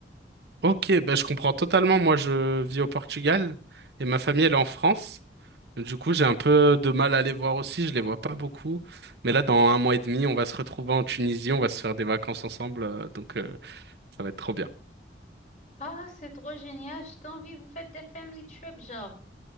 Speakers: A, on the right; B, on the left.
A: Ok, bah, je comprends totalement. Moi, je vis au Portugal et ma famille, elle est en France. Du coup, j'ai un peu de mal à les voir aussi, je les vois pas beaucoup. Mais là, dans un mois et demi, on va se retrouver en Tunisie, on va se faire des vacances ensemble, euh, donc euh, ça va être trop bien.
B: Ah, c'est trop génial. Je t'envie. Vous faites des family trips, genre.